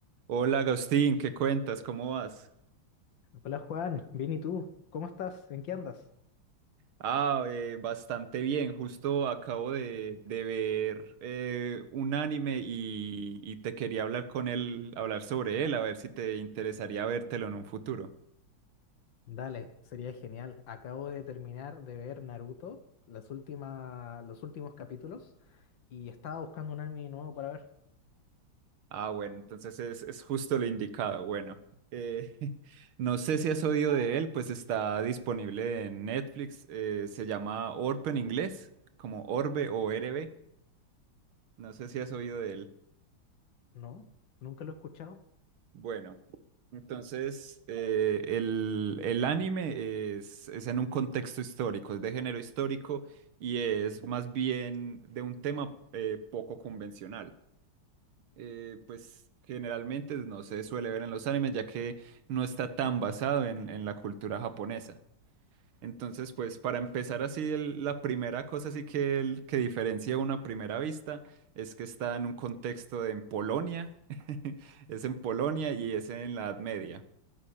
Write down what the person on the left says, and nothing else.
Hola Juan, bien y tú, ¿cómo estás? ¿En qué andas?
Dale, sería genial. Acabo de terminar de ver Naruto, las últimas, los últimos capítulos, y estaba buscando un anime nuevo para ver.
¿No? ¿Nunca lo he escuchado?